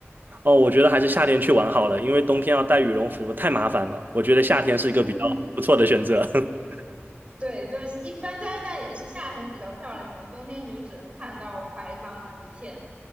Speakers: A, on the right; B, on the right.
A: 哦，我觉得还是夏天去玩好了，因为冬天要带羽绒服太麻烦了。我觉得夏天是一个比较不错的选择。
B: 嗯
A: <laughs>
B: <laughs>，对，就是一般加拿大也是夏天比较漂亮嘛，冬天你就只能看到白茫茫一片。